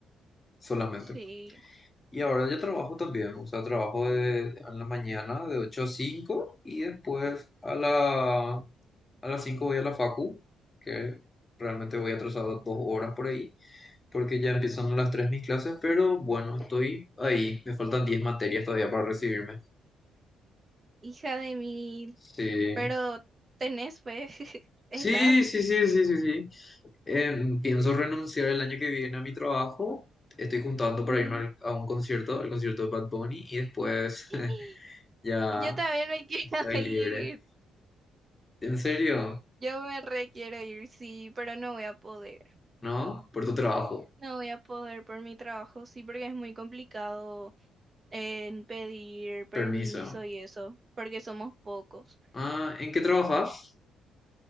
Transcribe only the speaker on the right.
Sí,
hija de mil,
pero tenés fe, <laughs> estás.
Mm.
<gasps>
Yo también me <laughs> quiero
ir,
yo me re quiero ir, sí, pero no voy a poder,
no voy a poder por mi trabajo, sí, porque es muy complicado. en pedir permiso
y eso, porque somos pocos.